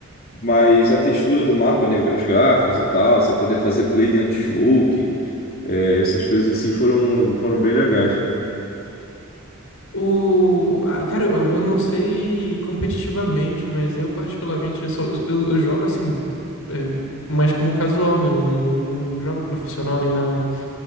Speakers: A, on the left; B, on the left.
A: mas a textura do mapa, né? Os gráficos e tal, você poder fazer play dentro de smoke, é, essas coisas assim foram, foram bem legais.
B: O... ah, cara, eu, eu não sei competitivamente, mas eu particularmente, eu, sou, eu, eu jogo assim, é, mais como um casual, né? Não, não, não não jogo profissional nem nada.